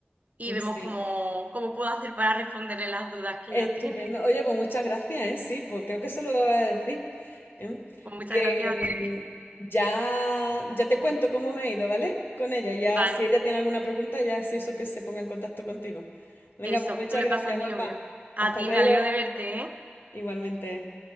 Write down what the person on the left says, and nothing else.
pues
sí.
Estupendo.
Oye, pues muchas gracias, ¿eh? Sí, pues creo que eso lo voy a decir. ¿eh?
Que
mm, ya, ya te cuento cómo me ha ido, ¿vale? Con ella. Ya,
si ella tiene alguna pregunta, ya si eso que se ponga en contacto contigo. Venga,
pues muchas
gracias,
guapa.
Hasta
luego.
Igualmente.